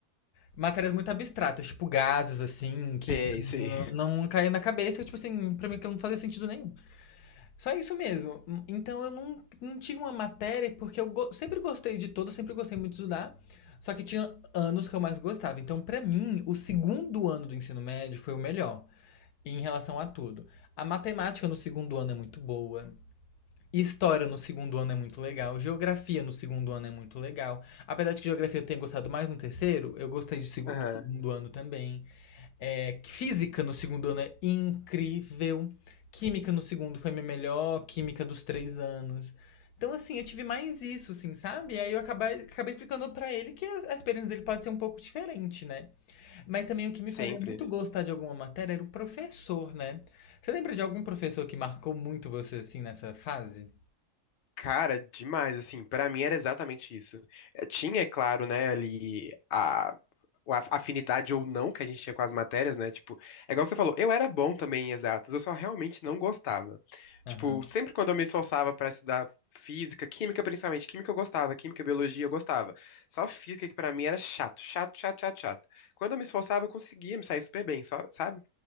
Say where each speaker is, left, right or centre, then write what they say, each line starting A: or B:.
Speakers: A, on the left; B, on the left.
A: matérias muito abstratas, tipo gases, assim, que
B: Sei,
A: pra mim
B: sei.
A: não, não caía na cabeça, tipo assim, pra mim aquilo não fazia sentido nenhum. Só isso mesmo. Então eu não, não tive uma matéria, porque eu go- sempre gostei de todo, sempre gostei muito de estudar, só que tinha anos que eu mais gostava. Então, pra mim, o segundo ano do ensino médio foi o melhor em relação a tudo. A matemática no segundo ano é muito boa. História no segundo ano é muito legal, geografia no segundo ano é muito legal. Apesar de que geografia eu tenha gostado mais no terceiro, eu gostei de segu-
B: Aham,
A: do segundo ano também. É, física no segundo ano é incrível. Química no segundo foi minha melhor química dos três anos. Então, assim, eu tive mais isso, assim, sabe? Aí eu acabei, acabei explicando pra ele que a a experiência dele pode ser um pouco diferente, né? Mas também o que me
B: sempre.
A: fazia muito gostar de alguma matéria era o professor, né? Você lembra de algum professor que marcou muito você, assim, nessa fase?
B: Cara, demais, assim, pra mim era exatamente isso. Eh, Tinha, é claro, né, ali a, o af- afinidade ou não que a gente tinha com as matérias, né, tipo, é igual você falou, eu era bom também em exatas, eu só realmente não gostava. Tipo,
A: Aham.
B: sempre quando eu me esforçava pra estudar física, química principalmente, química eu gostava, química, biologia eu gostava. Só física que pra mim era chato, chato, chato, chato, chato. Quando eu me esforçava, eu conseguia me sair super bem, só- sabe?